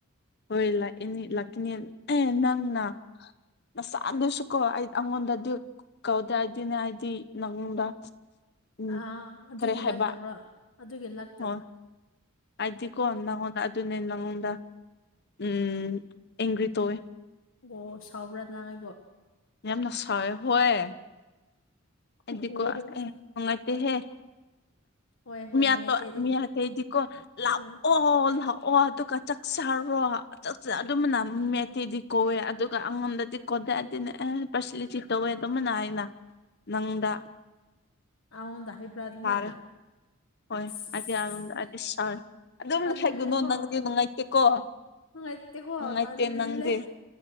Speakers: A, on the left (about 50°); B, on the left (about 70°).
A: ꯍꯣꯏ ꯂꯛ ꯏꯅꯤ ꯂꯥꯛꯀꯅꯦꯟ ꯑꯦ ꯅꯪꯅ ꯅꯁꯥꯟꯗꯨꯁꯨꯀꯣ ꯑꯩ ꯑꯉꯣꯟꯗ ꯗꯨ ꯀꯧꯗ‍꯭ꯔꯗꯤꯅꯦ ꯑꯩꯗꯤ ꯅꯪꯉꯣꯟꯗ ꯎꯝ
B: ꯑꯥ ꯑꯗꯨꯒꯤ
A: ꯀꯔꯤ ꯍꯥꯏꯕ
B: ꯂꯛꯇꯕ꯭ꯔꯣ ꯑꯗꯨꯒꯤ ꯂꯥꯛ
A: ꯍꯣꯏ ꯍꯥꯏꯗꯤꯀꯣ ꯅꯪꯉꯣꯟꯗ ꯑꯗꯨꯅꯦ ꯅꯪꯉꯣꯟꯗ ꯎꯝ ꯑꯦꯡꯒ꯭ꯔꯤ ꯇꯧꯋꯦ
B: ꯑꯣ ꯁꯥꯎꯕ꯭ꯔꯥ ꯅꯪ ꯑꯩꯕꯨ
A: ꯌꯥꯝꯅ ꯁꯥꯎꯌꯦ ꯍꯨꯛꯑꯦ
B: ꯑꯣ
A: ꯑꯩꯗꯤꯀꯣ ꯑꯦ ꯅꯨꯡꯉꯥꯏꯇꯦꯍꯦ
B: ꯍꯣꯏ ꯍꯣꯏ
A: ꯃꯤꯌꯥꯄ
B: ꯅꯨꯡꯉꯥꯏꯇꯦ ꯑꯗꯨꯗꯤ
A: ꯃꯤꯌꯥꯇꯦꯗꯤꯀꯣ ꯂꯥꯛꯑꯣ
B: ꯎꯝ
A: ꯑꯣ ꯂꯥꯛꯑꯣ ꯑꯗꯨꯒ ꯆꯥꯛ ꯆꯥꯔꯣ ꯆꯥꯛꯆꯥ ꯑꯗꯨꯃꯅ ꯃꯦꯠꯇꯦꯗꯤ ꯀꯧꯋꯦ ꯑꯗꯨꯒ ꯑꯉꯣꯝꯗꯗꯤ ꯀꯣꯗꯦ ꯑꯗꯤꯅꯦ ꯑꯦ ꯄꯁꯤꯂꯤꯇꯤ ꯇꯧꯋꯦ ꯑꯗꯨꯃꯅ ꯍꯥꯏꯅ ꯅꯪꯗ
B: ꯑꯉꯣꯟꯗ ꯍꯩꯕ꯭ꯔꯥ ꯑꯗꯨꯃꯥꯏꯅ
A: ꯇꯥꯔꯦ ꯍꯣꯏ
B: ꯑꯁ
A: ꯑꯗꯤꯌꯥ ꯔꯣꯝꯗ ꯑꯗꯤ ꯁꯥ ꯑꯗꯨꯝ
B: ꯇꯜꯂꯦꯀꯣ
A: ꯍꯥꯏꯒꯅꯣ ꯅꯪꯗꯤ ꯅꯨꯡꯉꯥꯏꯇꯦꯀꯣ
B: ꯅꯨꯡꯉꯥꯏꯇꯦꯀꯣ
A: ꯅꯨꯡꯉꯥꯏꯇꯦ
B: ꯇꯜꯂꯦ
A: ꯅꯪꯗꯦ